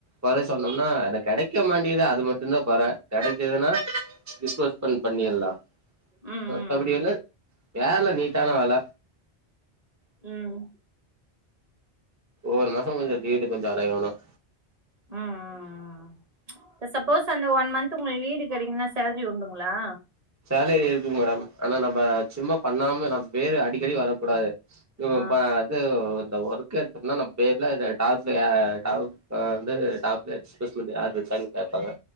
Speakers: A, on the right; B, on the right.
A: கொர சொன்னோம்னா என கிடைக்க மாண்டிகிது தா அது மட்டும்தான் கொர கிடைக்கதுன்னா இன்வெஸ்ட்மென்ட் பண்ணலாம் பண்ணிடலாம்
B: ம் ம்
A: <unintelligible> வேல நீட்டான வேல
B: உஹம்
A: ஒரு மாசம் கொஞ்சம் வீடு கொஞ்சம் அலையணும்
B: ம் ம் ம் சப்போஸ் அந்த ஒன் மன் <unintelligible> உங்களுக்கு லீடு கெடைக்கலன்னா சேலரி உண்டுங்களா
A: சேலரி இருக்கு மேடம் ஆனா நம்ப சும்மா பண்ணாம நம்ம பேரு அடிக்கடி வரக்கூடாது இது
B: ஆ
A: பா அது ஒரு ஒர்க் எடுத்தோம்னா நம் பேர்லா இது டாப்ல யா டாப் வந்து டாப்ல <inaudible> யார் இருக்காங்கன்னு பாப்பாங்க